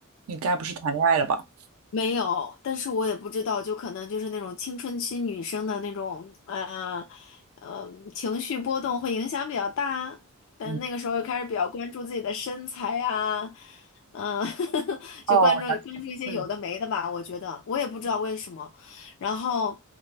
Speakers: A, on the right (about 75°); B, on the left (about 60°).
A: 你该不是谈恋爱了吧？
B: 没有，但是我也不知道，就可能就是那种青春期女生的那种，呃，呃，情绪波动会影响比较大。但那个时候又开始比较关注自己的身材呀、
A: 嗯，
B: 嗯，<laughs>
A: 哦，
B: 就关注关注一些有的没的吧。
A: 我了解嗯，
B: 我觉得我也不知道为什么。然后，